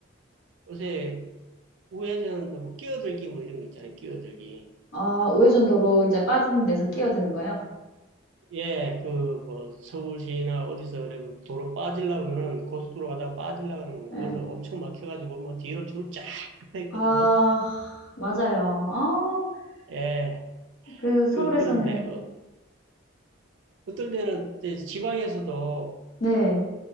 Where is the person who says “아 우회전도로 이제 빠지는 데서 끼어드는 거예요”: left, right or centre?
Left